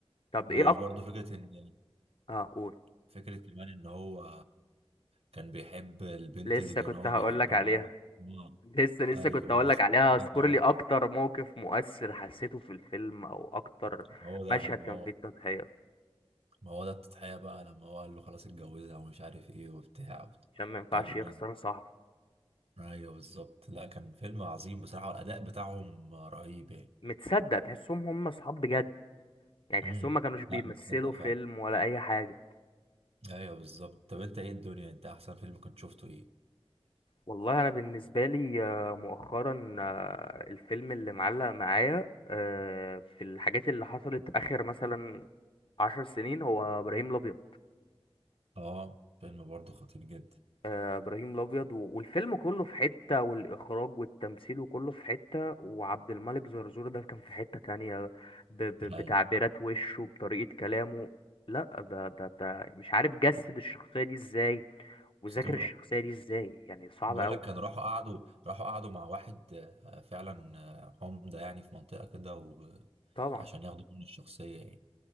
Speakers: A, on the left; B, on the right.
A: طب
B: وبرضه
A: ايه أكتر
B: فكرة إن
A: اه قول
B: فكرة كمان إن هو كان بيحب البنت
A: لسه
B: اللي كان
A: كنت
B: هو
A: هقولك
B: بيحبها
A: عليها
B: و... آه.
A: لسه لسه
B: أيوه
A: كنت هقولك
B: <laughs>
A: عليها اذكر
B: اتجوز.
A: لي أكتر موقف مؤثر حسيته في الفيلم أو أكتر
B: ما هو ده
A: مشهد
B: ما
A: كان
B: هو
A: فيه التضحية
B: ما هو ده التضحية بقى لما هو قال له خلاص اتجوزها ومش عارف إيه وبتاع
A: عشان ما ينفعش
B: كان
A: يخسر صاحبه
B: ايوه بالظبط لا كان فيلم عظيم بصراحه والاداء بتاعهم رهيب يعني
A: متصدق تحسهم هما صحاب بجد يعني تحسهم
B: امم
A: ما كانوش بيمثلوا
B: لا متصدق فعلا
A: فيلم ولا اي حاجه
B: ايوه بالظبط طب انت ايه الدنيا انت احسن فيلم كنت شفته ايه
A: والله انا بالنسبه لي آه، مؤخرا آه، الفيلم اللي معلق معايا آه، في الحاجات اللي حصلت اخر مثلا عشر سنين هو ابراهيم الابيض
B: اه فيلم برضه خطير جدا
A: آه، ابراهيم الابيض و- والفيلم كله في حته والاخراج والتمثيل وكله في حته وعبد الملك زرزور ده كان في حته تانية ب- ب-
B: ايوه
A: بتعبيرات وشه بطريقه كلامه لا ده ده ده مش عارف جسد الشخصيه دي ازاي وذاكر
B: اسطوره
A: الشخصيه دي ازاي يعني صعبه
B: بيقول
A: قوي
B: لك كانوا راحوا قعدوا راحوا قعدوا مع واحد آه، فعلا آه، عمده يعني في منطقه كده
A: طبعا
B: وعشان ياخدوا منه الشخصيه يعني